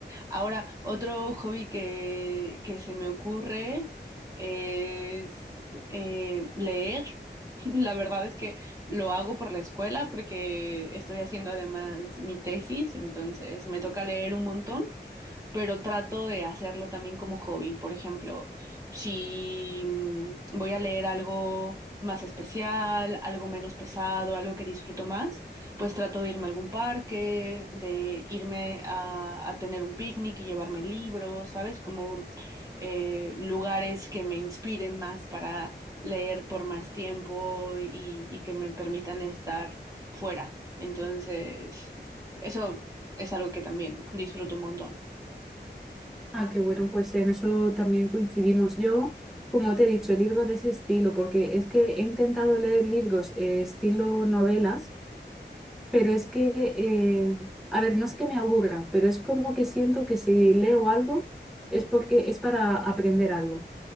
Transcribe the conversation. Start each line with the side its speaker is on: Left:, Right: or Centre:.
Right: Ahora, otro hobby que, que se me ocurre es eh, leer. <laughs> La verdad es que lo hago por la escuela porque estoy haciendo además mi tesis, entonces me toca leer un montón pero trato de hacerlo también como hobby. Por ejemplo, si mm, voy a leer algo más especial, algo menos pesado, algo que disfruto más, pues trato de irme a algún parque, de irme a, a tener un picnic y llevarme libros, ¿sabes? Como eh, lugares que me inspiren más para leer por más tiempo y, y que me permitan estar fuera. Entonces, eso es algo que también disfruto un montón.
Centre: Ah, qué bueno, pues en eso también coincidimos. Yo, como te he dicho, libros de ese estilo, porque es que he intentado leer libros eh, estilo novelas, pero es que, eh, a ver, no es que me aburra, pero es como que siento que si leo algo es porque es para aprender algo.